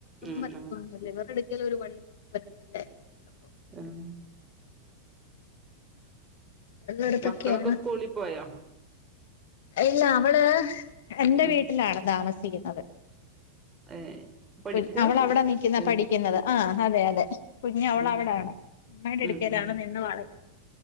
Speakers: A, on the right; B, on the left.
A: ഉം
B: മറ്റ
A: ആഹ്
B: ലിവർ <unintelligible> ഒരിക്കല ഒരു പണിയ നമുക്ക് പറ്റ <unintelligible>
A: ആഹ്
B: മറ്റുള്ളടത്തൊക്കെയാണ്
A: മക്കളൊക്കെ സ്കൂളിൽ പോയാ
B: ഇല്ല അവള് എന്റെ
A: ഉം
B: വീട്ടിലാണ് താമസിക്കുന്നത്
A: ഏഹ് പഠിക്ക
B: കുഞ് അവളവിട നിക്കുന്നെ
A: ഉം
B: പഠിക്കുന്നത് ആ അതെ അതെ കുഞ്ഞ് അവളവിടാണ്
A: ഉം
B: അമ്മയുടെ
A: ഉം
B: അടുക്കയിലാണ്
A: ഉം
B: നിന്ന് വളരുന്നത്